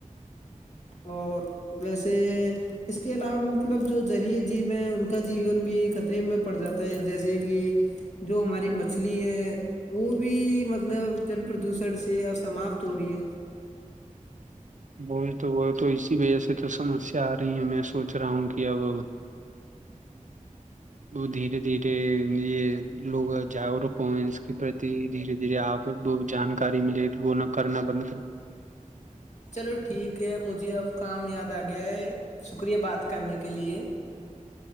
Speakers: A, on the left; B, on the right.
A: اور ویسے اس کے علاوہ مطلب جو جلی جیب ہیں ان کو کا جیون بھی خطرے میں پڑ جاتا ہے جیسے کہ جو ہماری مچھلی ہے وہ بھی مطلب جل پردوشن سے ا سماپت ہو رہی ہے
B: بول تو وہ تو اسی وجہ سے تو سمسیا آ رہی ہے میں سوچ رہا ہوں کہ اب ہ وہ دھیرے دھیرے یہ لوگا جاگروک ہوس کے پرتی دھیرے دھیرے آپ وہ جانکاری ملے وہ نہ کرنا بند کر
A: چلو ٹھیک ہے مجھے اب کام یاد آ گیا ہے شکریہ بات کرنے کے لیے